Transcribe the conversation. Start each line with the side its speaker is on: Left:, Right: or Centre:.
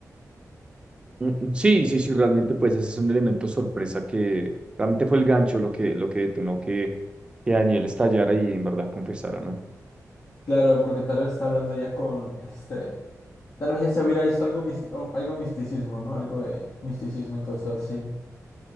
Right: Mm, mm, Sí, sí, sí, realmente pues ese es un elemento sorpresa que realmente fue el gancho lo que, lo que detonó que, que Daniel estallara y en verdad confesara, ¿no?
Left: Claro, porque tal vez está hablando ya con este, tal vez ya se hubiera visto algo, misti- o algo misticismo, ¿no? Algo de misticismo y cosas así.